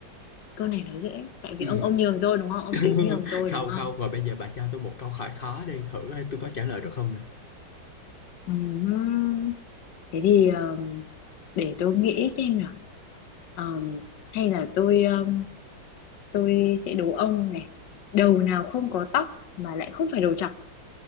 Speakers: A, on the left; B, on the left.
A: câu này nói dễ tại
B: Ừ.
A: vì ông ông nhường tôi đúng không ông
B: <laughs>
A: tính nhường tôi
B: Không,
A: đúng không
B: không, và bây giờ bà cho tôi một câu hỏi khó đi thử coi tôi có trả lời được không nè.
A: Ừm, thế thì ờm, để tôi nghĩ xem nào Ờm, hay là tôi ờm, tôi sẽ đố ông này đầu nào không có tóc mà lại không phải đầu trọc